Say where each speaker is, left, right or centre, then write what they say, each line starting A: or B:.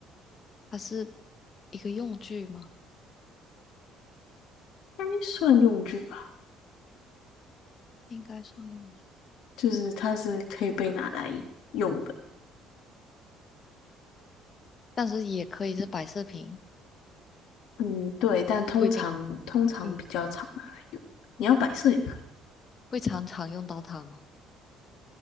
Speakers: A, on the left; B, on the left.
A: 它是一个用具吗？
B: 该算用具吧，
A: 应该算用具，
B: 就是它是可以被拿来用的。
A: 但是也可以是摆饰品，
B: 嗯，对，但通常通常比较常拿来用，
A: 不一定。嗯，
B: 你要摆设也可以。
A: 会常常用到它吗？